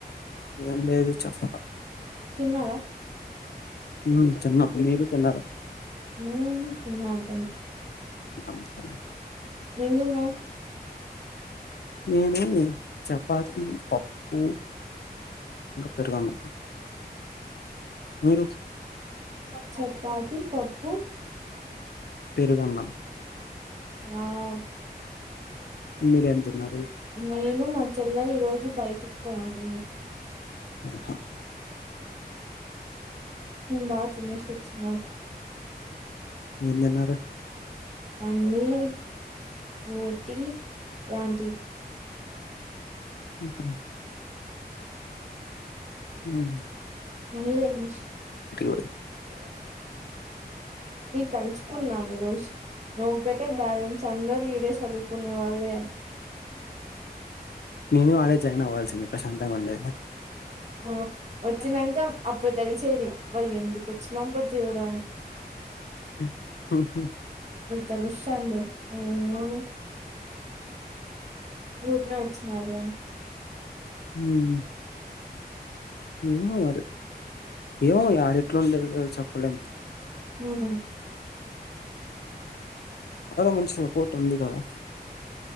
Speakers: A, on the left (about 75°); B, on the right (about 45°).
A: ఎం లేదు చెప్ప
B: తిన్నార
A: ఉమ్ తిన్నా మీరు తిన్నార
B: ఉమ్ తిన్నాం తి
A: <unintelligible>
B: ఏంతిన్నావు
A: నేను చపాతి పప్పు ఇంకా పెరుగన్నం మీరు
B: చపాతి పప్పు
A: పెరుగన్నం
B: వావ్
A: మీరేం తిన్నారు
B: నేను మా చెల్లెలు ఈరోజు బయటికి పోతున్న
A: ఆహా
B: బాగా తినేసి వచ్చినా
A: ఏం తిన్నారు
B: పన్నీర్ రోటి లాంటివి
A: <inaudible> ఉమ్
B: మీరు
A: పోయి
B: <unintelligible> తలుచుకున్నాం ఈ రోజు నువ్వు ఒకటే బాలెన్స్ అందరి సదువుకునే వాళ్ళే
A: నేను ఆడే జాయిన్ అవ్వాల్సింది ప్రశాంతంగ ఉండేది
B: ఆ వచ్చినంకా అప్పుడు తెలిసేది అబ్బా ఎందుకు వచ్చినాం రా దేవుడా అని <inaudible>
A: <inaudible>
B: తెలుస్తంది ఎమో పూర్ణ వచ్చినదా <unintelligible>
A: ఉమ్ ఏమో మరి ఏమో యాడ ఎట్లుండేదో చెప్పలేం
B: మ్
A: అక్కడ మంచి సపోర్ట్ ఉంది కదా